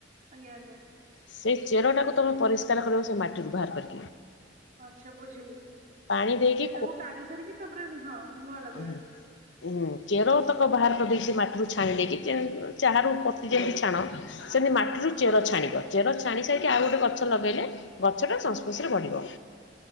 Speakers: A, on the right; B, on the left.
A: ଆଜ୍ଞା ଆଜ୍ଞା।
B: ସେଇ ଚେରଟାକୁ ତମେ ପରିଷ୍କାର କରିବ ସେମାଟିରୁୁ ବାହାର କରି
A: ଆଛା ବୁଝିଲି ସେଇଟାକୁ
B: ପାଣି ଦେଇକି
A: କାଢି ସାରିକି ତାପରେ ହଁ। ନୂଆ ଲଗେଇବାର
B: ଓହ ଉଁ ଚେରତକ ବାହାର କରି ଦେଇ ସେମାଟିରୁ ଛାଣି ଦେଇକି ଚାରାରୁ ପ ଯେମିତି ଛାଣ ସେମିତି
A: ହଁ
B: ମାଟିରୁ
A: ହଁ
B: ଚେର ଛାଣିବ ଚେର ଛାଣି ସାରିକି ଆଉ ଗୋଟେ ଗଛ ଲଗେଇଲେ ଗଛଟା
A: ହୁଁ
B: ସଂସ୍ପୋଶରେ ବଢ଼ିବ।